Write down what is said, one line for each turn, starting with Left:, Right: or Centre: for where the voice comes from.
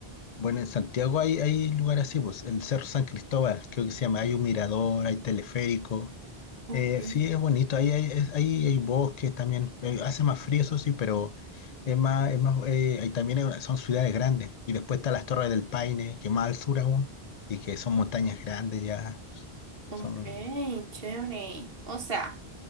Left: Bueno, en Santiago hay, hay lugares así, pues, el Cerro San Cristóbal, creo que se llama, hay un mirador, hay teleférico.
Right: Ok.
Left: Eh, sí, es bonito, ahí hay, es- ahí hay bosques también, eh, hace más frío, eso sí, pero es más, es más, eh, ahí también hay una- son ciudades grandes. Y después están las Torres del Paine, que más al sur aún, y que son montañas grandes ya,
Right: Ok,
Left: son...
Right: chévere. O sea,